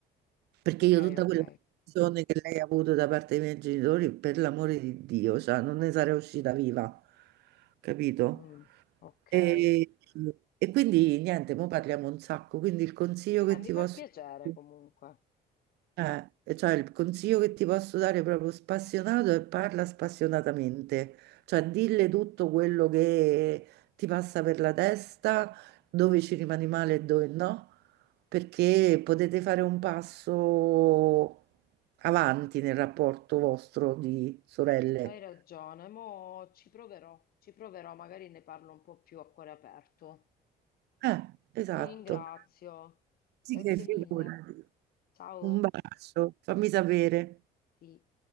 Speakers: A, on the right; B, on the left.
A: Perché
B: ok,
A: io tutta
B: ok.
A: quella attenzione che lei ha avuto da parte dei miei genitori, per l'amore di Dio, cioè, non ne sarei uscita viva, capito?
B: Mm, ok.
A: E,
B: Eh,
A: e quindi niente, mo parliamo un sacco, quindi il consiglio che ti
B: mi fa
A: posso
B: piacere
A: dare
B: comunque.
A: eh, e cioè il consiglio che ti posso dare proprio spassionato è parla spassionatamente, cioè dille tutto quello che ti passa per la testa, dove ci rimani male e dove no, perché potete fare un passo avanti nel rapporto vostro di sorelle.
B: Hai ragione, mo ci proverò, ci proverò, magari ne parlo un po' più a cuore aperto.
A: Eh, esatto.
B: Ti ringrazio.
A: Sì,
B: Grazie
A: che figurati.
B: mille. Ciao.
A: Un bacio, fammi sapere.
B: Sì.